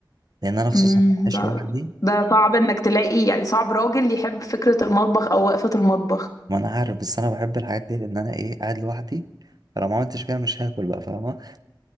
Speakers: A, on the right; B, on the left.
A: لان انا خصوصا
B: امم
A: عايش
B: ده
A: لوحدي
B: ده صعب انك تلاقي يعني صعب راجل يحب فكرة المطبخ او وقفة المطبخ
A: ما انا عارف بس انا بحب الحاجات دي لان انا ايه قاعد لوحدي فلو ما عملتش كده مش هاكل بقى فاهمه